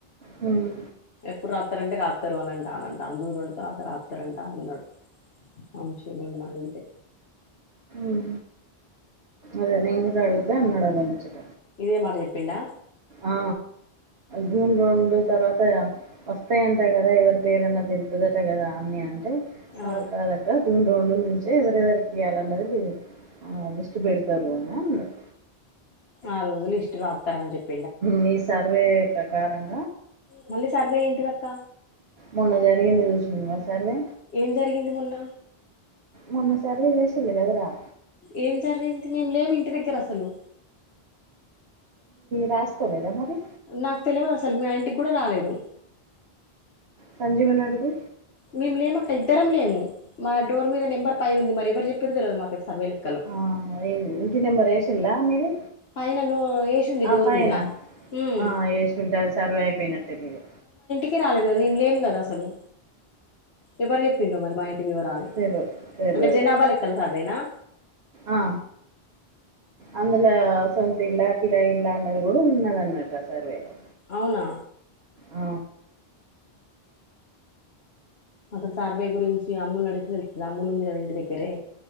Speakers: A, on the right; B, on the left.
A: హ్మ్.
B: ఎప్పుడు రాత్తరంటే రాస్తారు అని అంట ఆనంట అందుెండు త రాత రాస్తారంటే అనన్నాడు వంశీ నీన్నడుగుతే
A: ఉహు అదే నినన్ గుడ అడుగుతే అన్నాడడముచ్చుట
B: ఇదే మాట చెప్పిండా
A: ఆ జూన్ రెండు తర్వాత వస్తాయంట కదా ఎవరి పేరన్నా తేలుతది కదా అని నేను అంటే
B: ఆ
A: కాదు కాదు అక్క <unintelligible> నుంచే ఎవరెవరికి ఇయాల అన్నది ఆ లిస్ట్ పెడతారు అని అన్నాడు
B: ఆ రోజులు లిస్ట్ రాతరు అని చెప్
A: మీ సర్వే ప్రకారం
B: మళ్ళీ సర్వే ఎంటి దక్క
A: మొన్న <unintelligible> సర్వే
B: ఏం జరిగింది మొన్న
A: మొన్న సర్వే చేశిల్లు కదా ర
B: ఏం కర్రీ జరిగింది మేము లేము ఇంటి దగ్గర అసలు
A: రాస్ కొలేర మరి
B: నాకు తెలియదు అసలు మా ఇంటికి కూడ రాలేదు
A: సంజీవనన్ అడుగు
B: మేము లేమక్క ఇద్దరం లేము మా డోర్ మీద నెంబర్ పైన ఉంది మరి ఎవ్వరు చెప్పారో తెలవదు మా సర్వే లెక్కలు
A: ఆ ఇంటి నెంబర్ ఎషిల్ల మీది
B: పైన ను ఎసింది
A: ఆ
B: డోర్
A: పైన
B: మీద ఉమ్
A: ఆ వేసుంటే సర్వే అయిపోయినట్టే మీది
B: ఇంటికే రాలేదు మేము లేము కదా అసలు ఎవరు చెప్పిండ్రో మరి మా ఇంటి వివరాలు
A: తెల్వదు తెల్వదు
B: అంటే జనాభా లెక్కల సర్వేనా
A: ఆ అం ఇలా సొంత ఇల్ల కిరాయి ఇల్ల అన్నది కూడా ఉన్నద అన్నమాట సర్వేలో
B: అవునా
A: ఆ
B: అసలు సార్వై గురించి అమూలు నడిగితే తెళ్తుంది అమూల్ ఉంది కదా ఇంటి దగ్గరే